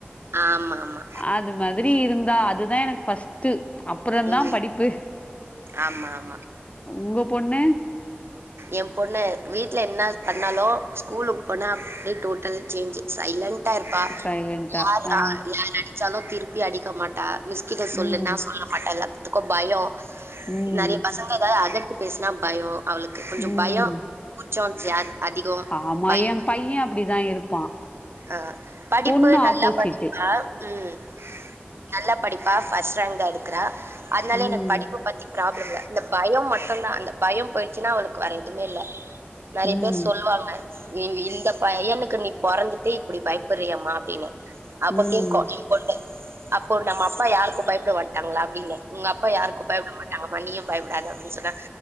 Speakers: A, on the right; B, on the left.
A: ஆமாமா.
B: அது மாதிரி இருந் தா அதுதா எனக்கு ஃபர்ஸ்ட் டு அப்புறோ தா
A: ம்.
B: படிப்பு
A: ஆமா, ஆமா.
B: உங்க பொண்ணு
A: என் பொண்ண வீட்ல என்னா பண்ணாலோ ஸ்கூலுக்கு போனா அப்படி டோட்டல் சேஞ்ச் சைலன்ட் டா இருப்பா
B: சைலன்டா
A: யா
B: ஆ
A: அ யார் அடிச்சாலு திருப்பி அடிக்க மாட்டா மிஸ்கிட்ட சொல்லுன்னா
B: ம்
A: மாட்டா எல்லாத்துக்கு பயம்
B: ம்
A: நெறைய பசங்க ஏதாவது அதட் டி பேசினா பயம் அவளுக்கு கொஞ்சம்
B: ம்
A: பயம் ச்சோ ஜா அதிகம்
B: ஆமா
A: பயம்
B: என் பையன் அப்படிதா இருப்பா
A: ஆ படிப்பு
B: பொண்ணு
A: நல்லா
B: ஆப்போசிட்டு
A: படிப்பா ம் நல்லா படிப் பா ஃபஸ்ட் ரேங்க்தா எடுக்குறா அத்னால
B: ம்
A: எனக்கு படிப்ப பத்தி ப்ரா இல்ல இந்த பயொ மட்டுந்தா அந்த பயம் போயிடுச்சுன்னா அவளுக்கு வேற எதுவுமே இல்ல நறைய
B: ம் ம்
A: பேர் சொல்வாங்க இ இந்தப்பையனுக்கு நீ பொறந்து ட்டு இப்டி பயப்படறியேமா அப்டின்ன அப்ப
B: ம்
A: கேக்கு லீவ் போட்டு அப்போ நம்ம அப்பா யாருக்கு பயப்பட மாட்டாங்ளா அப்டின்னே உங்க அப்பா யாருக்கு பயப்ட மாட்டாங்கமா நீயு பயப்படாத அப்டின் சொன்னா